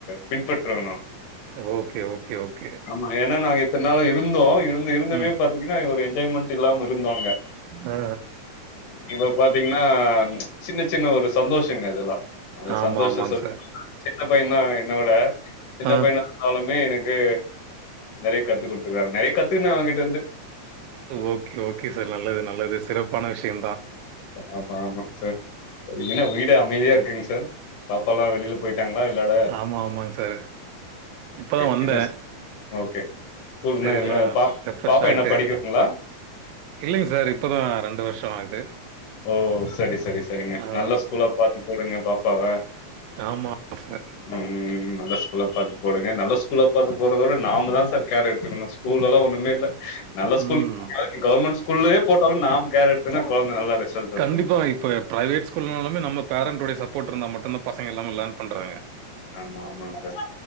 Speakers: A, on the left; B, on the right.
A: பின்பற்றுவ நா
B: ஓகே ஓகே ஓகே
A: ஆமா ஏனா நாங்க இத்தன் நாளு இருந்தோ இருந் இருந்துமே
B: ம்.
A: பாத்தீங்னா ஒரு என்ஜாய்மெண்ட் இல்லாம இருந்தோ அங்க
B: ஆ.
A: இப்ப பாத்தீங்னா சின்ன சின்ன ஒரு சந்தோஷங்க இதெல்லா அந்த
B: ஆமா
A: சந்தோஷ
B: ஆமாங்
A: சொல்
B: சார்
A: சின்ன பையன் தா என்னோட சின்ன
B: ஆ.
A: பையன்னா இருந்தாலுமே எனக்கு நறைய கத்துக் குடுத்துக்காரு நறைய கத்துக்குன அவங்கிட்டருந்து
B: ஓகே ஓகே சார் நல்லது நல்லது சிறப்பான விஷ்யந்தா
A: ஆமா ஆமாங் சார் சரிங்க என்ன வீடே அமைதியா இருக்குங் சார் பாப்பாலா வெளில போயி எங்னா விளாட
B: ஆமா ஆமாங் சார் இப்பதா
A: ஓகே,
B: வந்தே
A: என்ன ஸ் ஓகே. ஸ்கூல்
B: செரி
A: என்ன
B: எல்லா
A: அ பாப்
B: ரெஃப்ரெஷ்
A: பாப்பா
B: ஆயிட்டு
A: என்ன படிக்கிறாங்களா?
B: இல்லைங்க சார் இப்பதா ரெண்டு வர்ஷோ ஆகுது
A: ஓ செரி செரி செரிங்க
B: ஆ.
A: நல்ல ஸ்கூலா பாத்து போடுங்க பாப்பாவ
B: ஆமா ஆமா சார்
A: ம் நல்லது ஸ்கூல பாத்து போடுங்க நல்லா ஸ்கூல்ல பாத்து போர்றதோட நாம தா சார் கேர் எடுத்துக்கணு ஸ்கூல்லலா ஒன்னுமே இல்ல நல்ல ஸ்கூல்
B: ம்.
A: அதாது கவர்மெண்ட் ஸ்கூல்லே போட்டாலு நாம கேர் எடுத்தன்னா கொழந்த நல்லா ரிசல்ட் இருக்குங்க
B: கண்டிப்பா
A: சார்.
B: இப்ப பிரைவேட் ஸ்கூல்னாலுமே நம்ம பேரண்ட்டுடைய சப் போர்ட்ருந்தா மட்டுந்தா பசங்க எல்லாமே லேர்ன் பண்றாங்க
A: ஆமா ஆமாங்க சார்